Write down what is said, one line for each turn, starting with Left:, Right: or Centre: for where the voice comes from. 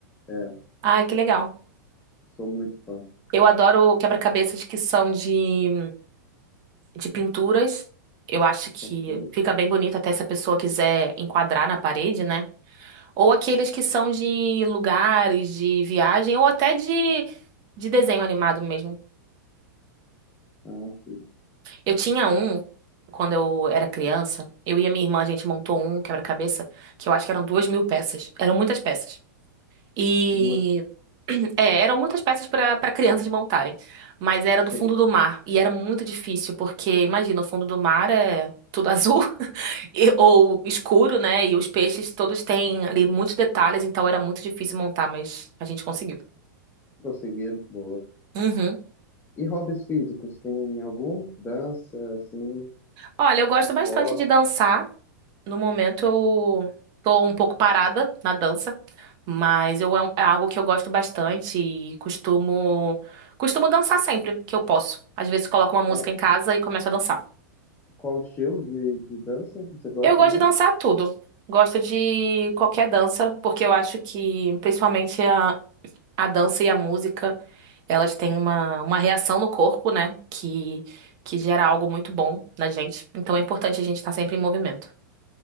Left: É,
Right: Ah, que legal.
Left: sou muito fã.
Right: Eu adoro quebra-cabeças que são de, de pinturas. Eu acho que
Left: Ok.
Right: fica bem bonito até se a pessoa quiser enquadrar na parede, né? Ou aqueles que são de lugares, de viagem, ou até de, de desenho animado mesmo.
Left: Ah, sim.
Right: Eu tinha um quando eu era criança. Eu e a minha irmã, a gente montou um quebra-cabeça, que eu acho que eram duas mil peças. Eram muitas peças. E.
Left: Duas.
Right: <clears throat> É, eram muitas peças para para crianças montarem. Mas era
Left: Sim.
Right: do fundo do mar. E era muito difícil, porque, imagina, o fundo do mar é tudo azul <laughs> e- ou escuro, né? E os peixes todos têm ali muitos detalhes, então era muito difícil montar, mas a gente conseguiu.
Left: Conseguiram, boa.
Right: Uhum.
Left: E hobbies físicos, tem algum? Dança, assim,
Right: Olha, eu gosto
Left: esporte?
Right: bastante de dançar. No momento eu tô um pouco parada na dança, mas eu, é um, é algo que eu gosto bastante e costumo, costumo dançar sempre que eu posso. Às vezes coloco uma música
Left: É,
Right: em casa e começo a dançar.
Left: qual o estilo de, de dança você gosta
Right: Eu gosto
Left: mais?
Right: de dançar tudo. Gosto de qualquer dança, porque eu acho que principalmente a, a dança e a música, elas têm uma, uma reação no corpo, né? Que, que gera algo muito bom na gente. Então é importante a gente estar sempre em movimento.